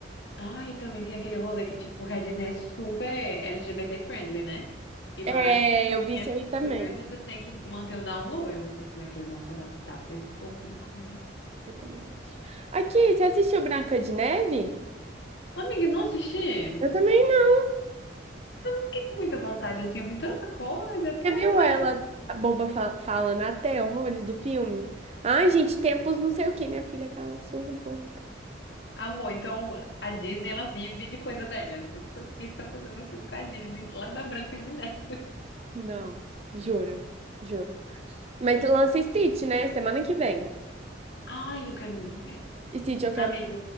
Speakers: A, on the left; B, on the right.
A: Ah, e também tem aquele rolê que, tipo, porque a Disney é super LGBT friendly, né? E lá,
B: É,
A: tipo,
B: eu vi
A: é
B: isso aí também.
A: super, você tem que manter o down low. Eu não sei como é que eles vão se adaptar pra esse público, né?
B: Eu também acho. Aqui, você assistiu Branca de Neve?
A: Amiga, não assisti?
B: Eu também não.
A: Fiquei com muita vontade, assim, eu vi tanta coisa, porque,
B: Você
A: ai,
B: viu
A: quando
B: ela,
A: ele tá...
B: a boba fa- falando até horrores do filme? Ai, gente, tempos não sei o quê. Minha filha cala a sua boca.
A: Amor, então a Disney, ela vive de coisa velha. Assim, Por que você tá fazendo um filme com a Disney, lá da Branca de Neve?
B: Não, juro, juro. Mas lança Stitch, né? Semana que vem.
A: Ai, eu quero muito ver.
B: Stitch, eu
A: Amiga,
B: quero.